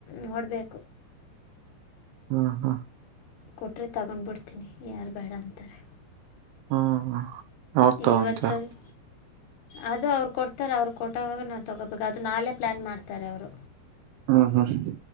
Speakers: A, on the left; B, on the right.
A: ನೋಡ್ಬೇಕು
B: ಹಾ ಹಾ
A: ಕೊಟ್ರೆ ತಗೊಂಡ್ಬಿಡ್ತೀನಿ ಯಾರು ಬೇಡ ಅಂತಾರೆ
B: ಹಾ ಯಾವ್ದು ತಗೊಂತಿಯ
A: ಇವತ್ತೊಂದು ಅದು ಅವ್ರು ಕೊಡ್ತಾರೆ ಅವ್ರು ಕೊಟ್ಟವಾಗ ನಾವು ತೊಗೋಬೇಕು ಅದು ನಾಳೆ ಪ್ಲ್ಯಾನ್ ಮಾಡ್ತಾರೆ ಅವರು
B: ಹ್ಮ್ ಹ ಹ